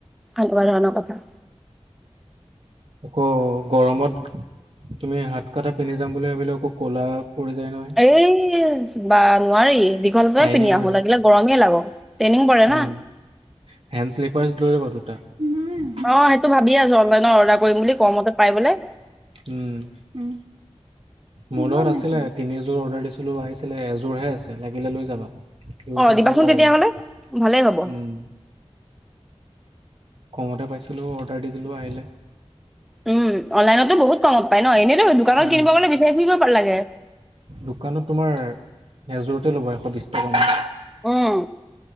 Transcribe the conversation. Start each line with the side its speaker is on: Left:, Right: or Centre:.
Centre: কালুৱা ধৰণৰ কথা।
Right: আকৌ গৰমত তুমি হাত কটা পিন্ধি যাম বুলি ভাবিলোঁ। আকৌ ক'লা পৰি যায় নহয়।
Centre: এই বা নোৱাৰি দীঘল জোৰে
Right: টাইনিং
Centre: পিন্ধি
Right: হৈ
Centre: আহো,
Right: যায়।
Centre: লাগিলে গৰমেই লাগক ট্ৰেইনিং পৰে
Right: উম,
Centre: না।
Right: হেণ্ড শ্লিপাৰছ লৈ আহিব দুটা <unintelligible>
Centre: অ' সেইটো ভাবিয়ে আছোঁ অনলাইনত অৰ্ডাৰ কৰিম বুলি কমতে পাই বোলে।
Right: উম, উম। মোৰ লগত আছিলে তিনিযোৰ অৰ্ডাৰ দিছিলোঁ আহিছিলে এযোৰহে আছে লাগিলে লৈ যাবা। ইউজ
Centre: অ
Right: নকৰোঁ
Centre: দিবাচোন
Right: বাৰু
Centre: তেতিয়াহ'লে
Right: মই
Centre: ভালেই হ'ব
Right: উম। কমতে পাইছিলোঁ অৰ্ডাৰ দি দিলোঁ আহিলে।
Centre: উম, অনলাইনতো বহুত কমত পাই ন এনেইতো দোকানত
Right: উম,
Centre: কিনিব গ'লে বিচাৰি ফুৰিব লাগে।
Right: দোকানত তোমাৰ এযোৰতে ল'বা এশ বিশ টকামান।
Centre: উম,